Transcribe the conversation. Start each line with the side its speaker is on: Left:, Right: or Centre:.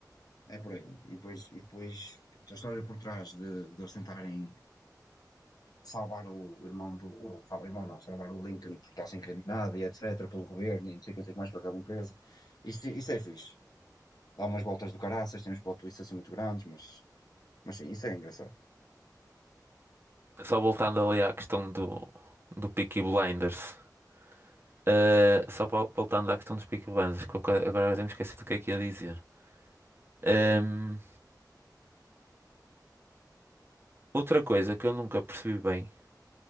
Left: é por aí. E depois, e depois a história por trás de, de eles tentarem salvar o irmão do. O, o irmão não, salvar o Lincoln porque está a ser incriminado e etc. pelo governo e não sei o que não sei o que mais para aquela empresa. isso isso é fixe. Dá umas voltas do caraças, tem uns plot twists assim muito grandes, mas, mas sim, isso é engraçado.
Right: Só voltando ali à questão do, do Peaky Blinders. eh, só vol- voltando à questão dos Peaky Blinders, que eu ca- agora até me esqueci do que é que ia dizer. Ehm, outra coisa que eu nunca percebi bem,